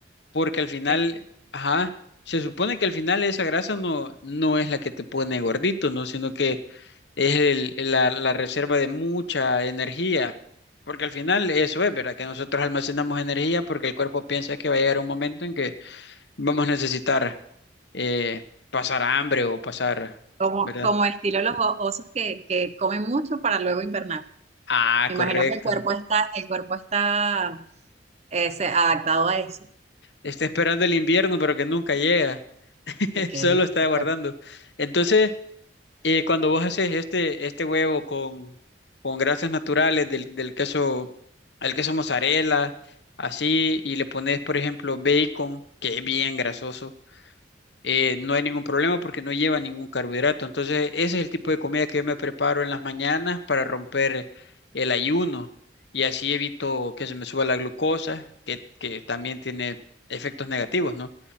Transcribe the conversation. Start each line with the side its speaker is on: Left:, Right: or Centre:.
Left: Porque al final,
Right: ok.
Left: ajá, se supone que al final esa grasa no, no es la que te pone gordito, ¿no? Sino que es el- la, la reserva de mucha energía. Porque al final eso es, ¿verdad? Que nosotros almacenamos energía porque el cuerpo piensa que va a llegar un momento en que vamos a necesitar eh, pasar hambre o pasar,
Right: Como,
Left: ¿verdad?
Right: como estilo los o- osos que, que comen mucho para luego invernar.
Left: Ah,
Right: Me
Left: correcto.
Right: imagino que el cuerpo está, el cuerpo está eh, se- adaptado a eso.
Left: Está esperando el invierno, pero que nunca llega. <laughs>
Right: Ok,
Left: Solo está
Right: perfecto.
Left: aguardando. Entonces... Y cuando vos haces este, este huevo con, con grasas naturales del, del queso, al queso mozzarella, así, y le pones, por ejemplo, bacon, que es bien grasoso, eh, no hay ningún problema porque no lleva ningún carbohidrato. Entonces, ese es el tipo de comida que yo me preparo en las mañanas para romper el ayuno y así evito que se me suba la glucosa, que, que también tiene efectos negativos, ¿no?